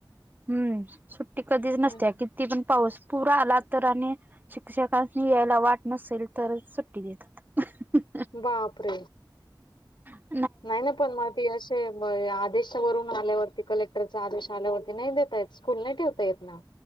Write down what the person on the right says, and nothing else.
हम्म सुट्टी कधीच नसत्या
कि ती पण पाऊस पुर आला तर आणि शिक्षकासनी यायला वाट नसेल तर सुट् टी देतेत.
<unintelligible>